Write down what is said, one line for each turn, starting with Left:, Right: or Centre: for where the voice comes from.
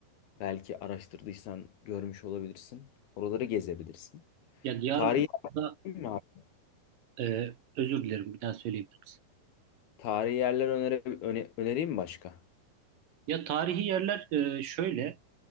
Left: Belki araştırdıysan görmüş olabilirsin. Oraları gezebilirsin.
Right: Ya Diyarbakır'da
Left: Tarihi yer mi abi?
Right: e, özür dilerim bir daha söyleyebilirim.
Left: Tarihi yerler önere, öne- önereyim mi başka?
Right: Ya tarihi yerler e, şöyle,